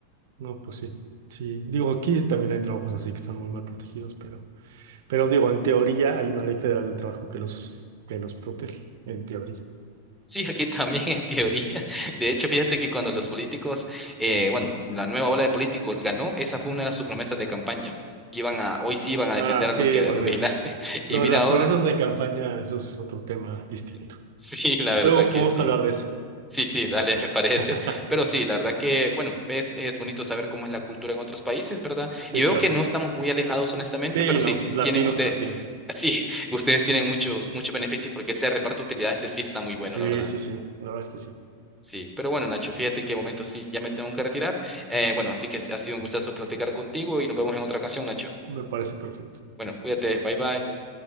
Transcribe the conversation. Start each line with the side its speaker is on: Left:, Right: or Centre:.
Right: no, pues sí. Sí, digo, aquí también hay trabajos así que están muy mal protegidos, pero, pero digo, en teoría hay una ley federal del trabajo que los, que los protege, en teoría.
Centre: Sí, aquí también en teoría. De hecho, fíjate que cuando los políticos, eh, bueno, la nueva ola de políticos ganó, esa fue una de sus promesas de campaña, que iban a, hoy sí iban a defender
Right: Ah, sí,
Centre: a, lo que,
Right: bueno,
Centre: a los vigilantes.
Right: ya.
Centre: <laughs> Y
Right: Lo
Centre: mira
Right: de las
Centre: ahora,
Right: promesas de campaña, eso es otro tema distinto.
Centre: <laughs> sí, la verdad
Right: Luego
Centre: que
Right: podemos
Centre: sí.
Right: hablar de eso.
Centre: Sí, sí, dale, me parece.
Right: <laughs>
Centre: Pero sí, la verdad que, bueno, es, es bonito saber cómo es la cultura en otros países, ¿verdad?
Right: Sí,
Centre: Y veo
Right: claro.
Centre: que no estamos muy alejados, honestamente,
Right: Sí,
Centre: pero sí,
Right: no, latinos
Centre: tienen usted,
Right: al fin.
Centre: sí, <laughs> ustedes tienen muchos, muchos beneficios porque ese reparto de utilidades ese sí está muy bueno,
Right: Sí,
Centre: la verdad.
Right: sí, sí, la verdad es que sí.
Centre: Sí, pero bueno, Nacho, fíjate que de momento sí, ya me tengo que retirar. Eh, bueno, así que ha sido un gustazo platicar contigo y nos vemos en otra ocasión, Nacho.
Right: Me parece perfecto.
Centre: Bueno, cuídate, bye bye.